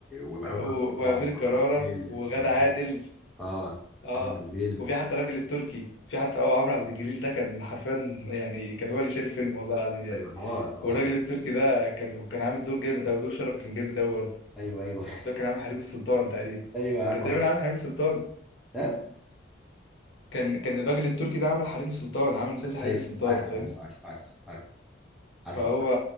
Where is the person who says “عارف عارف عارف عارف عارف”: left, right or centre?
Centre